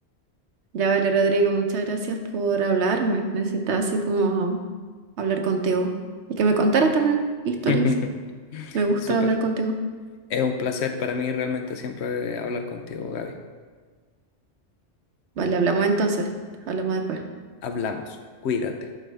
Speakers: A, on the right; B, on the left.
A: Ya, vale, Rodrigo, muchas gracias por hablarme. Necesitaba así como hablar contigo. Y que me contaras también historias.
B: <laughs>
A: Me gusta
B: Súper.
A: hablar contigo.
B: Es un placer para mí realmente siempre hablar contigo, Gaby.
A: Vale, hablamos entonces. Hablamos después.
B: Hablamos. Cuídate.